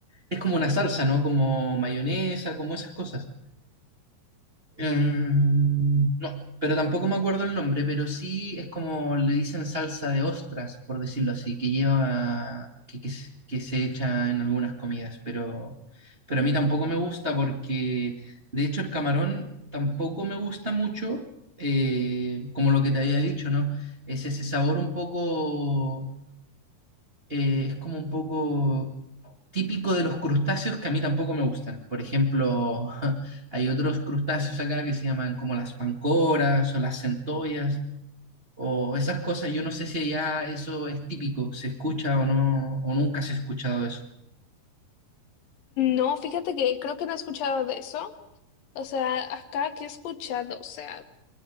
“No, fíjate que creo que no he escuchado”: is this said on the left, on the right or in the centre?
Left